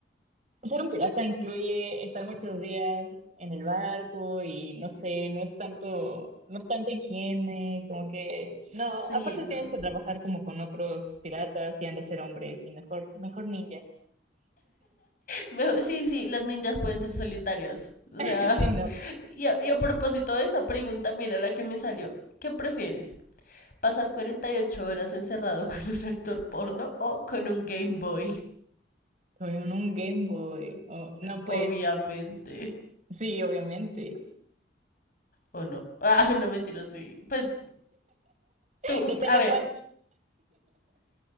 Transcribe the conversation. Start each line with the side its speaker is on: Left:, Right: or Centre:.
Right: Ser un pirata incluye estar muchos días en el barco y no sé, no es tanto, no tanta higiene, como que, no,
Left: Sí,
Right: aparte
Left: no.
Right: tienes que trabajar como con otros piratas y han de ser hombres y mejor, mejor ninja,
Left: Me- Sí, sí, las ninjas pueden ser solitarias. O
Right: <laughs>
Left: sea,
Right: sí, no,
Left: <laughs> y a, y a propósito de esa pregunta, mira la que me salió. ¿Qué prefieres? ¿Pasar 48 horas encerrado <laughs> con un actor porno o con un Game Boy?
Right: o un Game Boy, o- no,
Left: Obviamente.
Right: pues, sí, obviamente,
Left: ¿O no? <laughs> Ah, no mentira, sí. Pues tú,
Right: depende
Left: a ver,
Right: cuál,